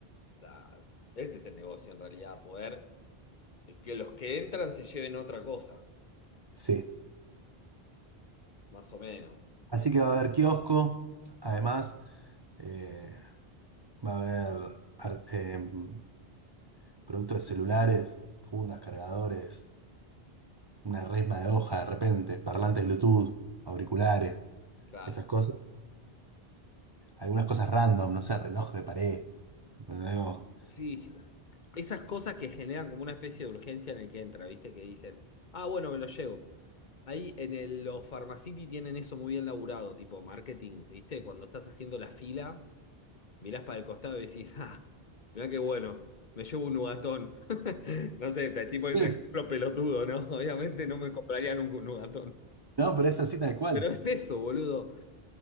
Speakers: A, on the left (about 50°); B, on the right (about 35°).
A: Claro. Ese es el negocio en realidad, poder que los que entran se lleven otra cosa,
B: Sí.
A: más o menos.
B: Así
A: Eh,
B: que va a haber kiosco, además eh, va a haber ar- em, productos de celulares, fundas, cargadores, una resma de hoja de repente, parlantes Bluetooth, auriculares,
A: claro.
B: esas cosas. Algunas cosas random, no sé, reloj de pared. algo.
A: Sí, esas cosas que generan como una especie de urgencia en el que entra, ¿viste? Que dicen, ah, bueno, me lo llevo. Ahí en el, los Pharmacity tienen eso muy bien laburado, tipo marketing, ¿viste? Cuando estás haciendo la fila. mirás para el costado y decís, ah, mirá qué bueno, me llevo un nugatón. <laughs> No sé, te estoy poniendo
B: <laughs>
A: un ejemplo pelotudo, ¿no? <laughs> Obviamente no me compraría nunca un nugatón.
B: No, pero es así tal cual.
A: Pero es eso, boludo.